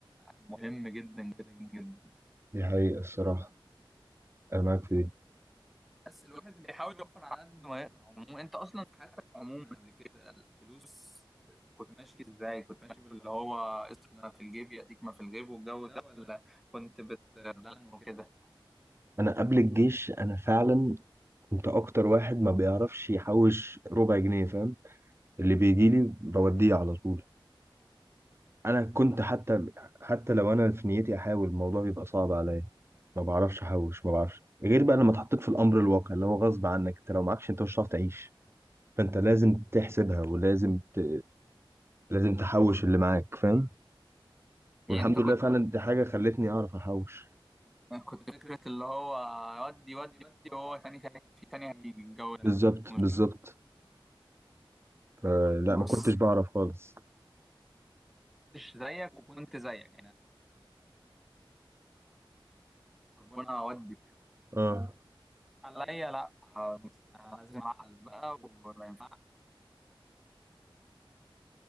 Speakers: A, in the centre; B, on the right (about 30°).
A: مهم جدا جدا جدا
B: دي حقيقة الصراحة أنا معاك في دي
A: بس الواحد بيحاول يوفر على قد ما يقدر عموما انت اصلا في عموما قبل كده الفلوس كنت ماشي ازاي كنت ماشي باللي هو اصرف ما في الجيب ياتيك ما في الجيب والجو ده ولا كنت بتدلع وكده
B: أنا قبل الجيش أنا فعلا كنت أكتر واحد ما بيعرفش يحوش ربع جنيه فاهم اللي بيجيلي بوديه على طول انا كنت حتى حتى لو انا في نيتي احاول الموضوع بيبقى صعب عليا ما بعرفش احوش ما بعرفش غير بقى لما اتحطيت في الامر الواقع اللي هو غصب عنك انت لو معكش انت مش هتعرف تعيش فانت لازم تحسبها ولازم ت... لازم تحوش اللي معاك فاهم
A: يعني
B: والحمد
A: انت
B: لله
A: كنت
B: فعلا
A: من
B: دي حاجه خلتني اعرف احوش
A: كنت فكرة اللي هو ودي ودي ودي وهو تاني تاني في تاني هيجي الجو ده
B: بالظبط
A: ومش-
B: بالظبط فلا
A: بص
B: ما كنتش بعرف خالص
A: زيك زيك اودي
B: اه
A: عليا لا بقى وما